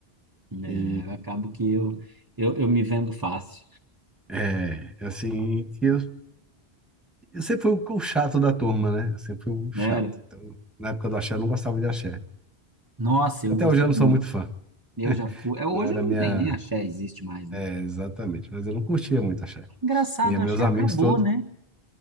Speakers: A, on the right; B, in the centre.
A: né?
B: E
A: Acabo que eu, eu, eu me vendo fácil,
B: é é assim, e eu, eu sempre fui o, o chato da turma, né? Eu sempre fui o chato.
A: né?
B: Então, na época do axé, eu não gostava de axé.
A: Nossa, eu
B: E até
A: gostei
B: hoje eu não
A: muito.
B: sou muito fã.
A: Eu
B: <laughs>
A: já fui. é, hoje
B: Não era
A: não
B: minha.
A: tem nem axé, existe mais,
B: É,
A: né?
B: exatamente, mas eu não curtia muito axé.
A: Engraçado,
B: E meus
A: axé
B: amigos
A: acabou,
B: todos.
A: né?